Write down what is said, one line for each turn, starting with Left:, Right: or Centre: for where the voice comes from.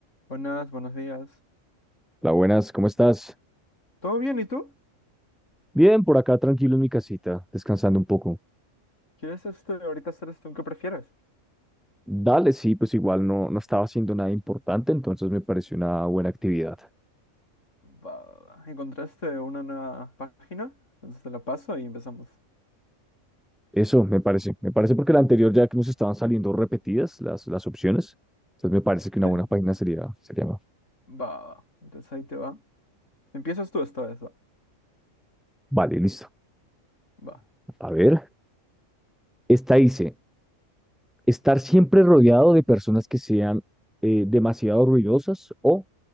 Left: Buenas, buenos días.
Centre: Hola, buenas, ¿cómo estás?
Left: ¿Todo bien? ¿Y tú?
Centre: Bien, por acá tranquilo en mi casita, descansando un poco.
Left: ¿Quieres este, ahorita hacer esto? ¿Qué prefieres?
Centre: Dale, sí, pues igual no, no estaba haciendo nada importante, entonces me pareció una buena actividad.
Left: Va, va, va. ¿encontraste una nueva página? Entonces te la paso y empezamos.
Centre: Eso me parece, me parece porque la anterior ya que nos estaban saliendo repetidas las, las opciones, entonces me parece que una
Left: Sí.
Centre: buena página sería, sería más.
Left: Va, va, va. Entonces ahí te va. Empiezas tú esta vez, va.
Centre: Vale, listo.
Left: Va.
Centre: A ver, esta dice, estar siempre rodeado de personas que sean eh, demasiado ruidosas o